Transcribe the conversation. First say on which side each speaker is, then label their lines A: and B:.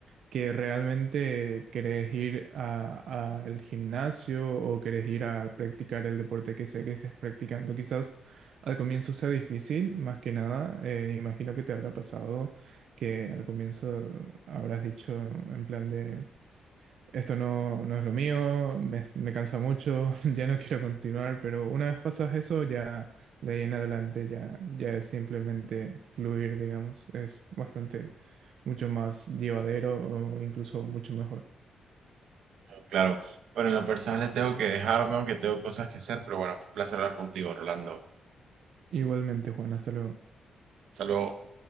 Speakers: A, on the right; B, on the right.
A: que realmente querés ir a- al gimnasio o querés ir a practicar el deporte que sea que estés practicando. Quizás al comienzo sea difícil, más que nada. eh, imagino que te habrá pasado que al comienzo habrás dicho en plan de, esto no, no es lo mío, me, me cansa mucho, <laughs> ya no quiero continuar, pero una vez pasas eso, ya de ahí en adelante ya, ya es simplemente fluir, digamos, es bastante mucho más llevadero o incluso mucho mejor.
B: claro. Bueno, en lo personal le tengo que dejarme, aunque tengo cosas que hacer, pero bueno, fue un placer hablar contigo, Rolando.
A: Igualmente, Juan, hasta luego.
B: Hasta luego.